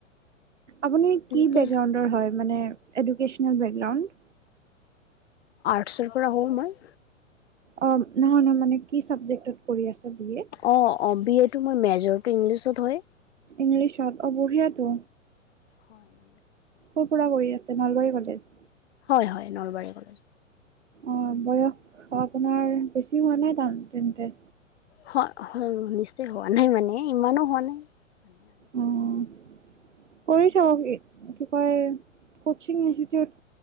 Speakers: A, on the right; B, on the left.
A: আপুনি
B: তেন্তে
A: কি বেকগ্ৰাউণ্ডৰ হয় মানে। Educational background.
B: আৰ্টছৰ পৰা হ'ও মই।
A: অ' নহয়- নহয় মানে কি চাবজেক্টত কৰি আছা বি এ
B: অ' অ' বি এ টো মই মেজৰটো ইংলিছত হয়।
A: ইংলিছত অ' বঢ়িয়াটো।
B: হয় মানে
A: ক'ৰ পৰা কৰি আছে নলবাৰী কলেজ।
B: হয় -হয় নলবাৰী কলেজ।
A: অ' বয়স আপোনাৰ বেছি হোৱা নাই তা তেন্তে।
B: হ হয়, নিশ্চয় হোৱা নাই মানে ইমানো হোৱা নাই। মানে আৰু
A: অ' কৰি থাকক কি কয় কচিং ইনষ্টিটিউট।